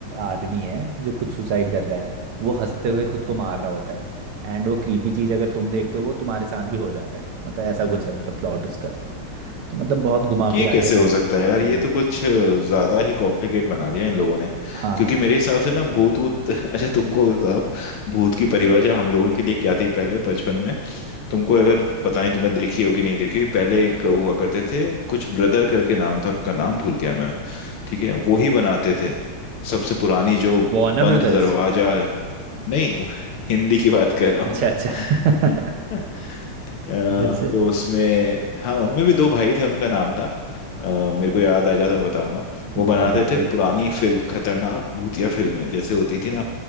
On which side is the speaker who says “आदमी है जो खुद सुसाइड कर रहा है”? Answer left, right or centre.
Right